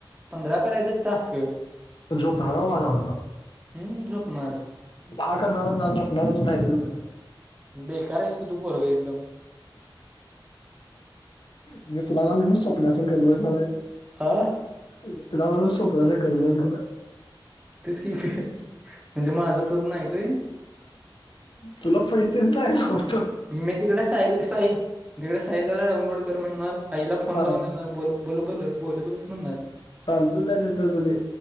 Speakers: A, on the right; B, on the left.
A: पंधरा करायचं टास्क.
B: जोपनार बाबा जाऊन आता.
A: हम्म, झोपणार?
B: हा करनार आणि रायलेल उद्या करनार.
A: बेकार आहेस की तू पोरग एकदम.
B: मी तुला घाल स्वप्नासंग करलोणारऽ
A: आं
B: मि तुला झाल की स्वप्सा संग करत बसणारय.
A: तेच कि, म्हणजे माझं पूर्ण आहेत वय.
B: तुला पैसेच नाही ऽ
A: मी तिकडे साईल, साईऽ तिकडे साईला डाऊनलोड कर म्हणणार, आईला फोन
B: हा
A: लावून देणार, बोल, बोल बोल, बोलत बस म्हणणार.
B: चालतो नाही तर तसं ते